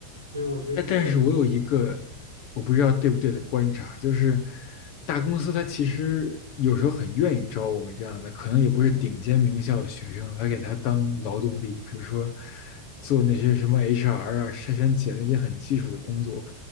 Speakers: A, on the right; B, on the left.
A: 所以我觉得这个就是。
B: 但但是我有一个我不知道对不对的观察，就是大公司它其实有时候很愿意招我们这样的，可能也不是顶尖名校的学生，来给他当劳动力，比如说做那些什么 HR 啊、筛选简历那些很基础的工作。